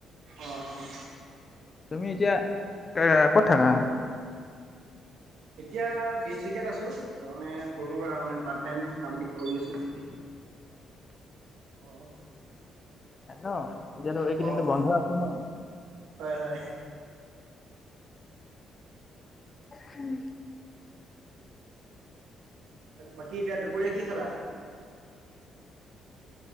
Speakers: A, on the right; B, on the left.
A: অঁ অঁ।
B: তুমি এতিয়া এ ক'ত থাকা।
A: এতিয়া তিনিচুকীয়াত আছোঁ তাৰ মানে সৰু সুৰা মানে পাৰ্ট টাইম কাম বিলাক কৰি আছোঁ। অঁ
B: ন। এতিয়াতো এইকেইদিনো
A: অঁ
B: বন্ধ
A: অঁ
B: আছে ন।
A: হয় হয়
B: হুম।
A: বাকী এতিয়া দুপৰীয়া কি খেলা।